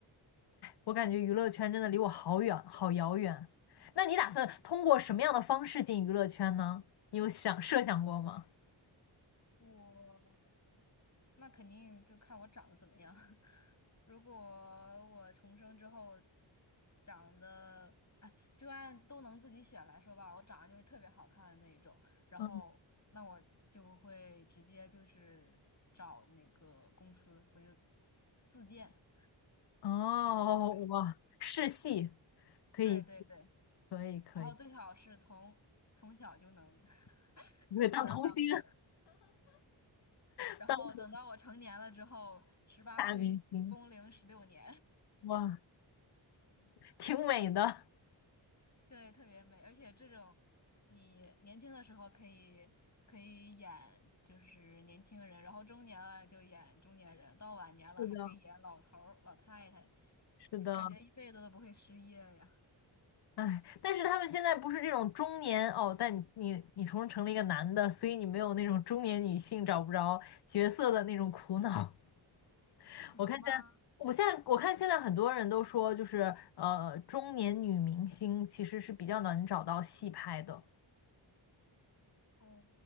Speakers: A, on the left; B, on the left.
A: 我感觉娱乐圈真的离我好远，好遥远。那你打算通过什么样的方式进娱乐圈呢？你有想设想过吗？
B: 我那肯定就看我长得怎么样。<laughs> 如果我重生之后长得，哎，就按都能自己选来说吧，我长得就是特别好看的那一种，然后那我就会直接就是找那个公司，
A: 嗯，
B: 我就自荐。
A: 哦，
B: 对
A: 哇，试戏可以，
B: 对对对，
A: 可以，可以，
B: 然后最好是从从小就能 <laughs>
A: 你会当童星，
B: 都就能当上，然后等到我成年了之后，
A: 当
B: 十八岁工龄十六年。
A: 大明星，哇，挺美的。
B: 对，特别美，而且这种你年轻的时候可以可以演就是年轻人，然后中年了就演中年人，到晚年了还可以演老头儿、
A: 是的，
B: 老太太，
A: 是的。
B: 就感觉一辈子都不会失业呀。
A: 哎，但是他们现在不是这种中年哦，但你你你重成了一个男的，所以你没有那种中年女性找不着角色的那种苦恼。<laughs>
B: 有吗？
A: 我看现在，
B: <laughs>
A: 我现在我看现在很多人都说，就是呃，中年女明星其实是比较难找到戏拍的，
B: 哦，